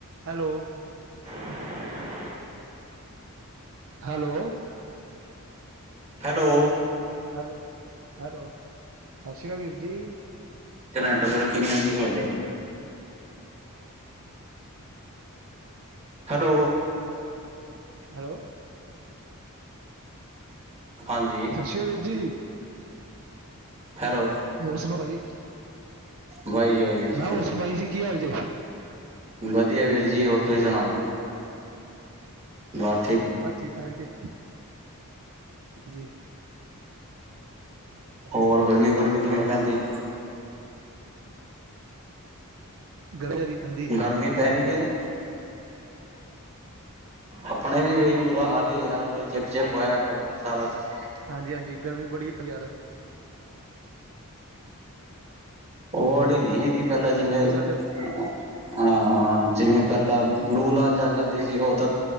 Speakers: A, on the right (about 65°); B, on the right (about 30°).
A: Hello.
B: <inaudible>
A: Hello.
B: Hello.
A: Hello, hello ਸਾਸ਼੍ਰੀ ਕਾਲ ਵੀਰ ਜੀ।
B: ਨੈੱਟਵਰਕ ਈ ਨੀ ਆਂਦੇ ਤੂਆਡੇ। ਹੈਲੋ।
A: ਹੈਲੋ।
B: ਹਾਂਜੀ।
A: ਛੀ ਵੀਰ ਜੀ,
B: ਹੈਲੋ
A: ਹੋਰ ਸੁਨਾਓ ਭਾਜੀ?
B: ਵਾਹਿ ਜੀ ਵਾਹਿ ਜੀ
A: ਮੈਂ ਹੋਰ ਸੁਨ ਬਾਈ ਜੀ, ਕੀ ਹਾਲ ਜੇ?
B: ਵਦੀਆ ਵੀਰ ਜੀ, ਹੋਰ ਤੂਸੀ ਸੁਣਾਓ? ਘਾਰ
A: ਬਾੱਹ ਠੀਕ-ਠਾਕ ਜੀ, ਜੀ। <inaudible>
B: ਹੋਰ ਗਰਮੀ-ਗੁਰਮੀ ਕਿਵੇਂ ਪੈਂਦੀ?
A: ਗਰਮੀ ਜਿਆਦੀ ਪੈਂਦੀ
B: ਗਰਮੀ ਪੈ ਰੀ ਐ? <inaudible> ਅਪਨੇ ਵੀ ਬਈ ਬੁਰਾ ਹਾਲ ਕੀ ਹਾਲ ਨੇ ਚਿਪ-ਚਿਪ ਹੋਏਆ ਪੜੈ ਐ ਸਾਰਾ ਸਿਸ
A: ਹਾਂਜੀ, ਹਾਂਜੀ ਗਰਮੀ ਬੜੀ <unintelligible>
B: ਓ ਵਾਲੀ ਨੀ ਹੈਗੀ ਪੈਲਾਂ ਜਿਵੇਂ ਹਾਂ,
A: ਸਾਡੇ
B: ਹਾਂ ਜਿਵੇਂ ਪੈਲਾਂ ਲੂ ਲਾ ਚਾੱਲ ਜਾਂਦੀ ਸੀ, ਓ ਤਾਂ